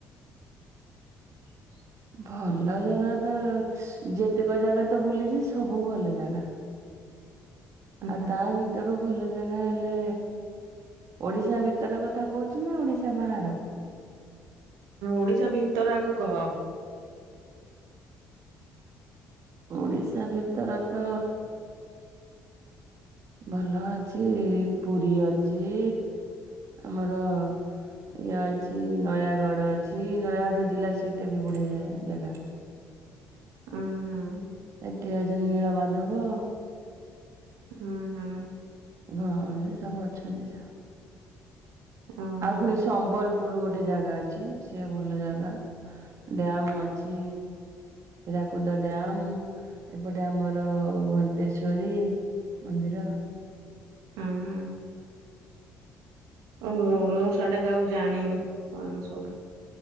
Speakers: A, on the right; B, on the right.
A: ହ
B: ଭଲ ଜାଗା ତ ଯେତିକ ଜାଗା ତ ବୁଲିଛି ସବୁ ଭଲ ଜାଗା
A: ହୁଁ
B: ଆଉ ତା ଭିତରୁ ଭଲ ଜାଗା ହେଲେ ଓଡିଶା ଭିତର କଥା କହୁଚୁ ନା ଓଡିଶା ବାହାର?
A: ଓଡିଶା ଭିତର ଆଗ କହ।
B: ଓଡିଶା ଭିତର ତ ଭଲ ଅଛି ପୁରି ଅଛି। ଆମର ଇଏ ଅଛି ନୟାଗଡ ଅଛି ନୟାଗଡ ର ଜିଲ୍ଲା ସେଇଟା ବି ବଢିଆ ଜାଗା।
A: <inaudible> ଉଁ ହୁଁ।
B: ଏଠି ଅଛନ୍ତି ନିଳମାଧବ।
A: ହୁଁ ହୁଁ
B: ହଁ ସେ ସବୁ ଅଛନ୍ତି। <unintelligible>
A: ଓହୋ
B: ଆଉ ପୁଣି ସମ୍ବଲପୁର ଗୋଟେ ଜାଗା ଅଛି। ସେ ଭଲ ଜାଗା। ଡ୍ୟାମ ଅଛି।
A: <inaudible>
B: ହୀରାକୁଦ ଡ୍ୟାମ ଏପଟେ ଆମର ଘଣ୍ଟେଶ୍ଵରୀ। ମନ୍ଦିର।
A: <unintelligible> ମୁଁ ମୁଁ ସିଆଡେ କାହାକୁ ଜାଣିନି। ମୁଁ ସବୁ